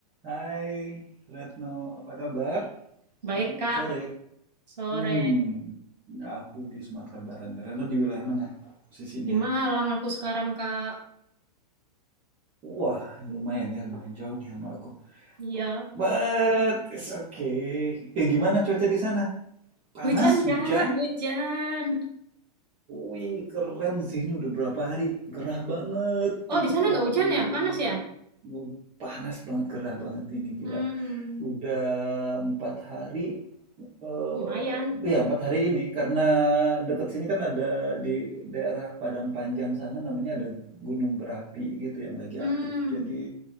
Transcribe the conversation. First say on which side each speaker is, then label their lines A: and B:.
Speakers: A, on the right (about 25°); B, on the right (about 85°).
A: Hai Retno, apa kabar? Selamat
B: Baik, Kak.
A: sore.
B: Sore
A: Hmm, aku di Sumatera Barat nih. Retno di wilayah mana posisinya?
B: di Malang aku sekarang, Kak.
A: Wah, lumayan ya, lumayan jauh nih sama aku.
B: Iya.
A: But it's okay. Eh, gimana cuaca di sana? Panas,
B: Hujan,
A: hujan?
B: Kak. Hujan.
A: Wih, keren sih ini udah berapa hari. Gerah banget,
B: Oh,
A: Tiga
B: di sana nggak hujan
A: puluh?
B: ya? Panas ya?
A: Panas banget, gerah banget ini gila.
B: Hmm,
A: Udah empat hari Eee,
B: lumayan.
A: iya 4 hari ini karena deket sini kan ada di daerah Padang Panjang sana namanya ada gunung berapi gitu yang lagi aktif.
B: Hmm,
A: Jadi